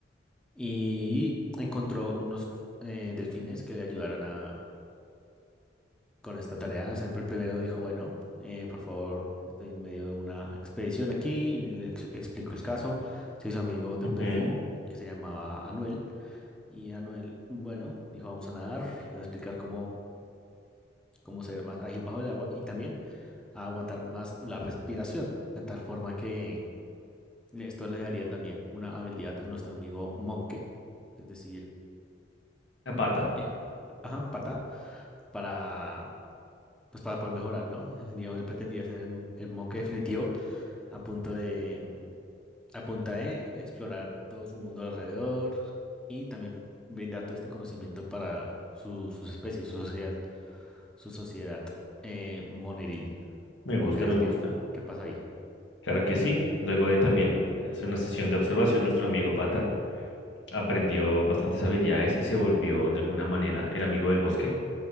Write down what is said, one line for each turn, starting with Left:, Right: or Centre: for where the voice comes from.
Centre: y encontró unos eh, delfines que le ayudaron a, con esta tarea. O sea, el primero dijo, bueno, eh, por favor, estoy en medio de una expedición aquí, y le ex- explicó el caso, se hizo amigo de
Left: ujú.
Centre: un delfín que se llamaba Anuel, y Anuel, bueno, dijo, vamos a nadar, le voy a explicar cómo como ser más ágil bajo el agua y también a aguantar más la respiración, de tal forma que esto le daría también una habilidad a nuestro amigo Monke, es decir,
Left: La pata.
Centre: eh, ajá, pata, para, pues para poder mejorar, ¿no? <laughs> Digamos, él pretendía ser el, el Monke definitivo a punto de, a punta de explorar todo su mundo alrededor y también brindar todo este conocimiento para su- sus especies, su sociedad, su sociedad eh, moneril.
Left: Me
Centre: ¿Cómo
Left: gusta,
Centre: crees
Left: me
Centre: que
Left: gusta.
Centre: qué pasa ahí?
Left: Claro que sí. Luego de también eh, hacer una sesión de observación, nuestro amigo Pata aprendió bastantes habilidades y se volvió de alguna manera el amigo del bosque.